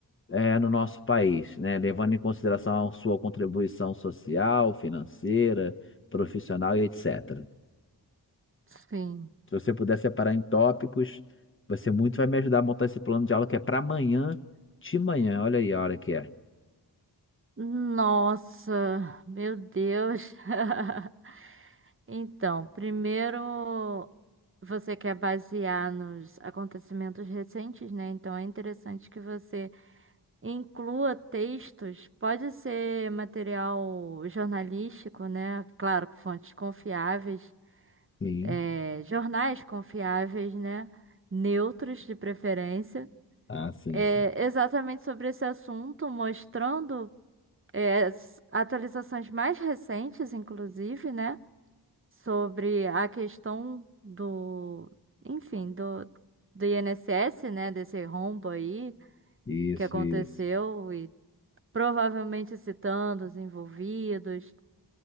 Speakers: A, on the left; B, on the right.
A: é, no nosso país, né, levando em consideração a sua contribuição social, financeira, profissional e etc.
B: sim.
A: Se você puder separar em tópicos, você muito vai me ajudar a montar esse plano de aula que é para amanhã, de manhã. Olha aí a hora que é.
B: Nossa, meu Deus. <laughs> Então, primeiro você quer basear nos acontecimentos recentes, né? Então é interessante que você Inclua textos, pode ser material jornalístico, né? Claro, com fontes confiáveis,
A: Sim.
B: eh, jornais confiáveis, né? Neutros de preferência,
A: Ah, sim,
B: Eh,
A: sim.
B: exatamente sobre esse assunto, mostrando, eh, as atualizações mais recentes, inclusive, né? Sobre a questão do, enfim, do, do INSS, né? Desse rombo aí
A: Isso,
B: que aconteceu
A: isso.
B: provavelmente citando os envolvidos,